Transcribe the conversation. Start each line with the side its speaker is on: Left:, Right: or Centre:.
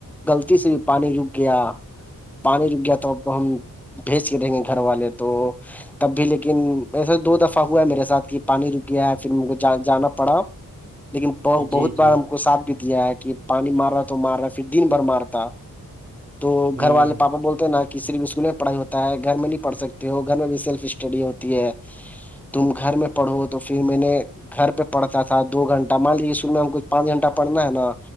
Centre: گغلطی سے بھی پانی جک گیا <unintelligible> پانی رک گیا تو اب تو ہم بھیج کے رہیں گے گھر والے تو تب بھی لیکن ایسے دو دفعہ ہوا ہے میرے ساتھ کہ پانی رک گیا ہے پھر مھے جانا پڑا <inaudible> لیکن ب
Right: جی
Centre: بہت بار
Right: جی
Centre: ہم کو ساتھ بھی دیا ہے کہ پانی مار رہا تو مار رہا ہے پھر دن بھر مارتا تو
Right: ہوں
Centre: گھر والے پاپا بولتے ہیں نا کہ صرف اسکول میں پڑھائی ہوتا ہے گھر میں نہیں پڑھ سکتے ہو گھر میں بھی سیلف اسٹڈی ہوتی ہے تم گھر میں پڑھو تو پھر میں نے گھر پہ پڑتا تھا دو گھنٹہ مان لیجے اسکول میں ہم کچھ پانچ گھنٹہ پڑنا ہے نا